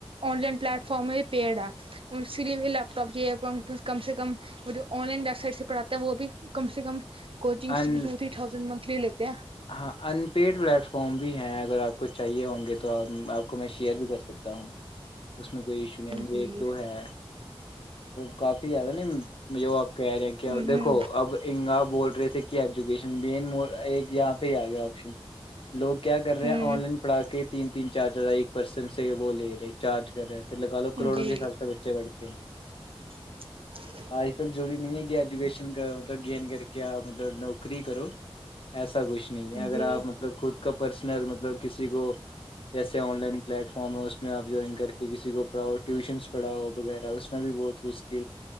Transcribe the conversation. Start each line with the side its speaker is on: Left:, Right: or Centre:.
Right: online platform ہی پیڈ ہے اس کے لیے لیپ ٹاپ چاہیے کم سے کم وہ جو آن لائن ویب سائٹ سے پڑھاتا ہے وہ بھی کم سے کم کوچنگس
Left: ان
Right: کیٹو تھری تھاؤزینڈ منتھلی لیتے ہیں
Left: ہاں ان پیڈ پلیٹ فارم بھی ہیں اگر آپ کو چاہیے ہوں گے تو آپ آپ کو میں شیئر بھی کر س سکتا ہوں اس میں کوئی ایشو نہیں
Right: جی
Left: ہے ایک دو ہے کافی زیادہ نہیں جو آپ کہہ رہے ہیں کہ
Right: ہوں
Left: دیکھو اب انگ آپ بول رہے تھ کہ ایجوکیشن مین ایک یہاں پہ ہی آ گیا آپشن لوگ کیا کر رہے
Right: ہوں
Left: ہیں آن لائن پڑھا کے تین تین چارجر آئے ایک پرسن سے وہ لے رہے چارج پھر لگا لو کروڑوں
Right: جی
Left: کے حساب سے بچے پڑھتے ہیں
Right: <inaudible>
Left: اج کل جرور نہیں ہے کہ ایجوکیشن کا مطلب گین کر کے مطلب نوکری کرو ایسا کچھ نہیں ہے اگر
Right: جی
Left: آپ مطلب خود کا پرسنل مطلب کسی کو جیسے آن لائن پلیٹ فارم ہے اس میں آپ جوائن کر کے کسی کو پڑھاؤ ٹیوشنس پڑھؤ وغیرہ اس میں بھی بہت ک